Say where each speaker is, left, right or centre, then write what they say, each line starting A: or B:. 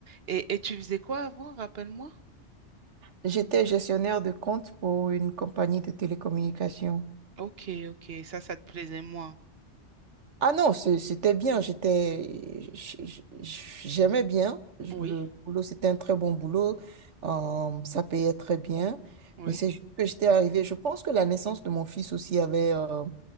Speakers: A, on the right; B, on the right.
A: Et, et tu faisais quoi avant, rappelle-moi?
B: J'étais gestionnaire de compte pour une compagnie de télécommunications.
A: Ok, ok, ça, ça te plaisait moins.
B: Ah non, c'est- c'était bien. J'étais, j- j- j'aimais bien. Le
A: Oui,
B: boulot, c'était un très bon boulot. Euh, ça payait très bien.
A: oui.
B: Mais c'est juste que j'étais arrivée. Je pense que la naissance de mon fils aussi avait, euh,